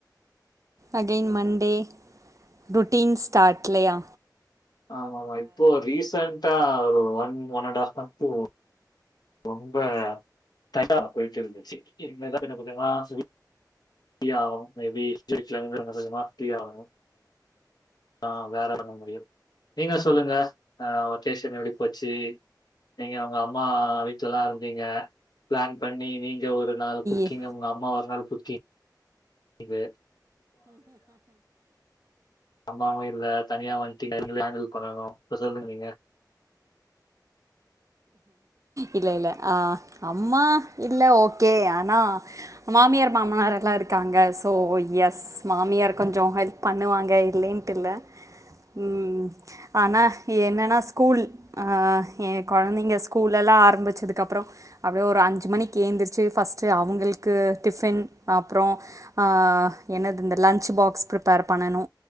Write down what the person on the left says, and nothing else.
ஆமா ஆமா இப்போ ரீசன்டா ஒரு one one and half month ரொம்ப தடா போய்ட்டு இருந்துச்சி என்னத கொஞ்ச கொஞ்சமா ஸ்வீ ஃபியாவு மே பி <unintelligible> கொஞ்ச கொஞ்சமா ஃப்ரி ஆவு. ஆ வேற பண்ண முடியும். நீங்க சொல்லுங்க அ வக்கேஷன் எப்டி போச்சி? நீங்க உங்க அம்மா வீட்லல்லா இருந்தீங்க பிளான் பண்ணி நீங்க ஒரு நாள் குக்கிங்கு
உங்க அம்மா ஒர் நாள் குக்கி ங்கு அம்மாவு இல்ல தனியா வந்ட்டு நீங்ள ஹேண்டில் பண்ணணு இப்ப சொல்லுங் நீங்க